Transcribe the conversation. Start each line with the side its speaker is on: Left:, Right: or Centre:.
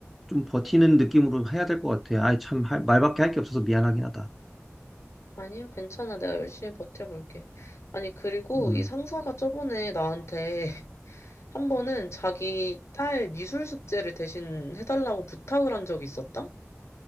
Centre: 좀 버티는 느낌으로 해야 될 것 같아. 아이, 참, 할- 말밖에 할 게 없어서 미안하긴 하다.
Left: 아니야, 괜찮아. 내가 열심히 버텨볼게. 아니, 그리고
Centre: 음,
Left: 이 상사가 저번에 나한테 <laughs> 한 번은 자기 딸 미술 숙제를 대신 해달라고 부탁을 한 적이 있었다?